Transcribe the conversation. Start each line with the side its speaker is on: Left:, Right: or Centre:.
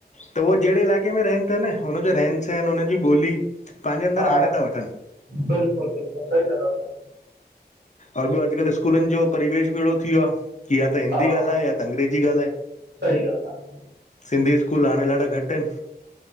Left: त उहे जहिड़े इलाइक़े में रहनि था न, हुनज जो रहन -सहन, हुननि जी ॿोली, पंहिंजे अंदरि
Right: हा
Left: आणे था वठनि।
Right: बिल्कुलु -बिल्कुलु सही था ॻलायो
Left: आऊं ॿियो अॼुकल्ह स्कूलनि जो परिवेश बि अहिड़ो थी वियो आ। कि या त हिंदी
Right: हा
Left: ॻाल्हाए, या त अंग्रेजी ॻाल्हाए।
Right: सही ॻाल्हि आहे
Left: सिंधी स्कूल हाणे ॾाढा घटि आहिनि।